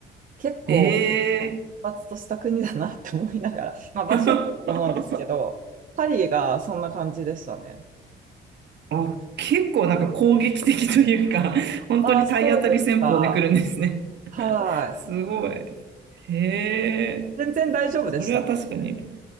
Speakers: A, on the right; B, on the right.
A: 結構
B: ええ
A: 発達とした国だなって思いながら、<laughs> まあ場所によると思うんですけど、
B: <laughs>
A: パリがそんな感じでしたね。
B: あ、結構なんか攻撃的というか、本当に体当たり戦法で来るんですね。
A: ああ、そうですか。
B: <laughs>
A: はい。
B: すごい。へえ。
A: 全然大丈夫でしたか
B: それは確かに。